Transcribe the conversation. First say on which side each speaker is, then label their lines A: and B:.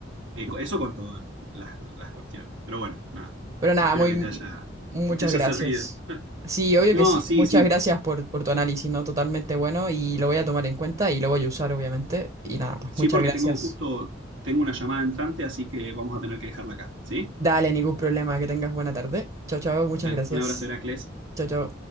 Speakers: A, on the right (about 85°); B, on the right (about 35°).
A: Eh, co- Eso con todas las, las cuestiones. Pero bueno, nada.
B: Pero nada,
A: Sí, espero
B: muy,
A: que te haya,
B: muchas
A: que te haya
B: gracias.
A: servido.
B: Sí, obvio
A: No,
B: que sí.
A: sí,
B: Muchas
A: sí.
B: gracias por, por tu análisis, ¿no? Totalmente bueno y lo voy a tomar en cuenta y lo voy a usar, obviamente. Y nada, pues
A: Sí,
B: muchas
A: porque
B: gracias.
A: tengo justo, tengo una llamada entrante, así que vamos a tener que dejarla acá, ¿sí?
B: Dale, ningún problema. Que tengas buena tarde. Chao, chao. Muchas
A: Dale,
B: gracias.
A: un abrazo, Heracles.
B: Chao, chao.